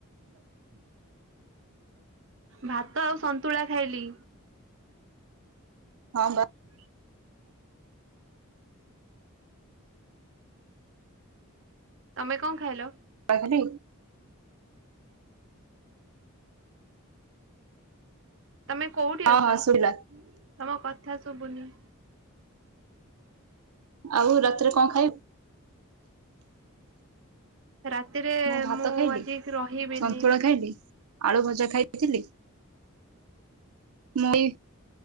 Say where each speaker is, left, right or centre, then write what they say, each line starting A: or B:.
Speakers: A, on the right (about 60°); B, on the right (about 85°).
A: ହୁଁ ଭାତ ଆଉ ସନ୍ତୁଳା ଖାଇଲି।
B: ହଁ ବା।
A: ହ ତମେ କଁ ଖାଇଲ।
B: ଖାଇଥିଲି।
A: ତମେ କୋଉଠି
B: ହଁ
A: ଅଛ
B: ହଁ ଶୁଭିଲା।
A: ତମ କଥା ଶୁଭୁନି।
B: ଆଉ ରାତିରେ କଁ ଖାଇ
A: ରାତିରେ
B: ମୁଁ ଭାତ ଖାଇଲି
A: ଆଜି ରହିବିନି
B: ସନ୍ତୁଳା ଖାଇଲି। ଆଳୁ ଭଜା ଖାଇଥିଲି ମୁଁ ଏଇ।